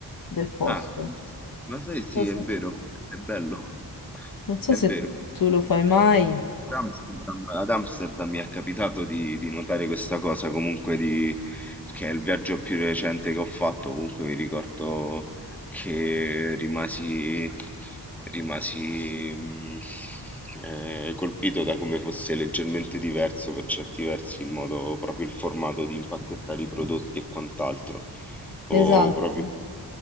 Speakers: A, on the left (about 55°); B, in the centre.
A: del posto.
B: Ah, ma sai, sì,
A: Non so
B: è
A: se,
B: vero, è bello,
A: non so
B: è
A: se
B: vero.
A: tu lo fai mai.
B: Ad Amsterdam, ad Amsterdam mi è capitato di, di notare questa cosa, comunque di, che è il viaggio più recente che ho fatto, comunque mi ricordo che rimasi, rimasi mm, eh, colpito da come fosse leggermente diverso per certi versi il modo, proprio il formato di impacchettare i prodotti e quant'altro, o
A: Esatto,
B: proprio